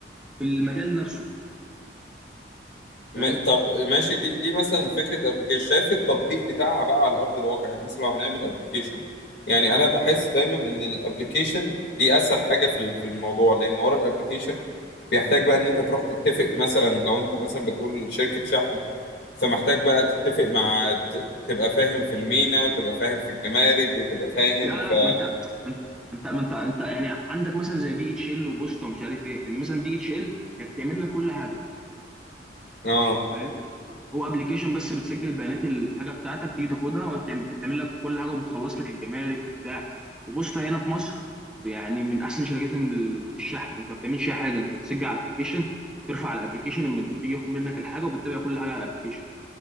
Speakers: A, in the centre; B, on the left.
A: في المجال نفسه
B: م-
A: فاهم
B: طب ماشي دي دي مثلا فكرة ابلكيشن شايف التطبيق بتاعها بقى على ارض الواقع يعني مثلا لو هنعمل ابلكيشن يعني انا بحس دايما ان الابلكيشن دي اسهل حاجة في ال- في الموضوع لان ورا الابلكيشن بيحتاج بقى ان انت تروح تتفق مثلا لو انت مثلا بتقول شركة شحن فمحتاج بقى تتفق مع ت- تبقى فاهم في المينا وتبقى فاهم في الجمارك وتبقى فاهم
A: لا
B: في
A: لا ما انت ما انت ما انت ما انت انت يعني عندك مثلا زي دي اتش ال وبوسطه ومش عارف ايه يعني مثلا دي اتش ال هي بتعمل لك كل حاجه
B: اه
A: فاهم؟ هو ابلكيشن بس بتسجل بيانات الحاجه بتاعتك تيجي تاخدها وبتعمل لك كل حاجه وبتخلص لك الجمارك وبتاع وبص هنا في مصر يعني من احسن شركات ال- الشحن انت ما بتعملش اي حاجه انت بتسجل على الابلكيشن ترفع على الابلكيشن المندوب بيجي ياخد منك الحاجه وبتتابع كل حاجه على الابلكيشن